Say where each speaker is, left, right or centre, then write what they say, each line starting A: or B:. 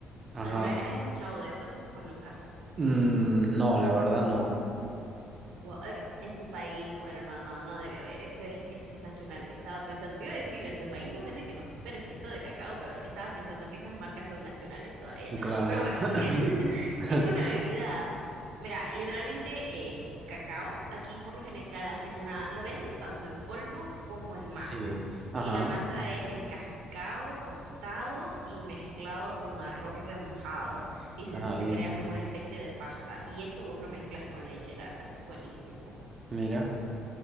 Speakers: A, on the right; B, on the right.
A: Ajá.
B: ¿Alguna vez has escuchado de eso o nunca?
A: Mm, no, la verdad no.
B: Wo- eh, En tu país, bueno, no, no, no debe haber, eso es, eso es nacional. Estaba pensando, te iba a decir, en tu país no venden que no supere fresco de cacao, pero estaba pensando que esas marcas son nacionales todavía.
A: Claro.
B: Pero bueno,
A: <coughs>
B: <laughs>
A: <clears throat>
B: es una bebida, mira, literalmente es cacao. Aquí por lo general hacen una, lo venden tanto en polvo como en masa.
A: Sí. Ajá.
B: Y la masa es el cacao tostado y mezclado con arroz remojado y se
A: Ah,
B: hace, se
A: bien,
B: crea como una especie de pasta y eso vos lo mezclas con leche, la verdad es que es buenísimo.
A: mira.